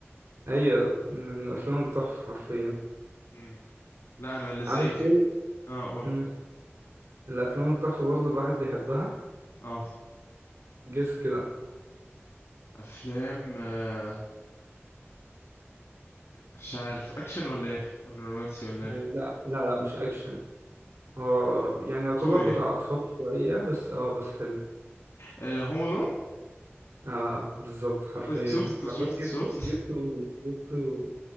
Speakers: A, on the right; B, on the left.
A: ايوه من افلام التحفه حرفيا
B: امم لا انا اللي زي
A: عارف
B: كده
A: ايه
B: اه قول
A: مم. الافلام التحفه برضو الواحد بيحبها
B: اه
A: جس كده
B: افلام آه مش عارف اكشن ولا ايه ولا رومانسي ولا
A: آه،
B: ايه
A: لا لا لا مش اكشن هو يعني يعتبر
B: كوميدي
A: بتاع اطفال شويه بس اه بس حلو
B: آه هوم الون
A: اه بالظبط حرفيا
B: <laughs> شفت
A: حرفيا
B: شفت
A: جبت
B: شفت
A: جبته جبته